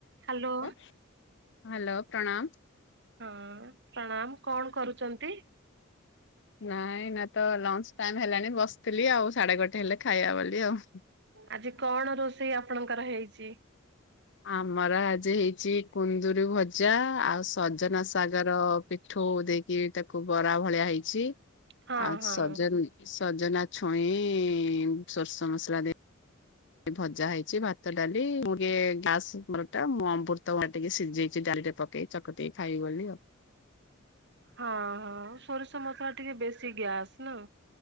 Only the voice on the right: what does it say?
ହ୍ୟାଲୋ
ହଁ ପ୍ରଣାମ କଣ କରୁଛନ୍ତି।
ଆଜି କଣ ରୋଷେଇ ଆପଣଙ୍କର ହେଇଛି।
ହଁ
ହଁ
ହଁ ହଁ ସୋରିଷ ମସଲା ଟିକେ ବେଶୀ ଗ୍ୟାସ ନୁ।